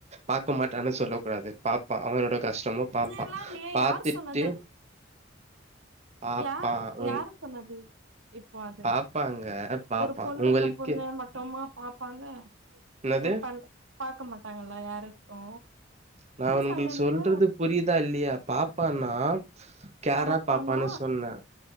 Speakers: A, on the right; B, on the right.
A: பாக்க மாட்டானு சொல்ல கூடாது பாப்பான் அவனோட கஷ்டமும் பாப்பான்
B: இதெல்லா இல்லையே
A: பாத்துட்டு
B: யாரு சொன்னது
A: பாப்பா
B: யாரு
A: உ
B: யாரு சொன்னது? இப்ப அது
A: பாப்பாங்க பாப்பா
B: ஒரு பொண்ணு
A: உங்களுக்கு
B: இந்த பெண்ணாமா போமா பாப்பாங்க
A: என்னது
B: என் பண் பாக்க மாட்டாங்கல யாருக்கு
A: நான்
B: லூசாங்க
A: உன்களுக்கு
B: நீங்க
A: சொல்றது புரிதா இல்லையா பாப்பானா கேரா
B: பாப்பானா
A: பாப்பானு சொன்னேன்